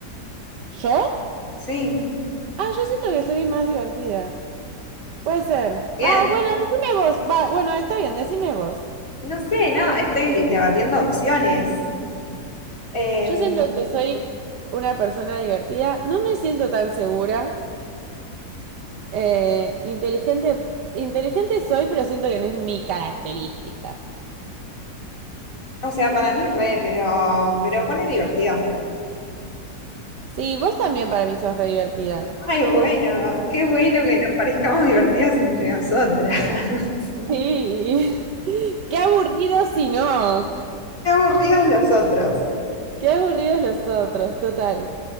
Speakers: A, on the right; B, on the left.
A: ¿Yo?
B: sí.
A: Ah, yo siento que soy más divertida. Puede ser.
B: Bien.
A: Va, bueno, decime vos. Va, bueno, está bien, decime vos.
B: No sé, no, estoy debatiendo opciones. Em,
A: Yo siento que soy una persona divertida. No me siento tan segura. Eh, inteligente. Inteligente soy, pero siento que no es mi característica.
B: O sea, para mí re, pero, pero pone divertido.
A: Sí, vos también para mí sos re divertida.
B: Ay, bueno, qué bueno que nos parezcamos divertidas entre nosotras. <laughs>
A: Sí. <laughs> Qué aburrido si no.
B: Qué aburridos los otros.
A: Qué aburridos los otros, total.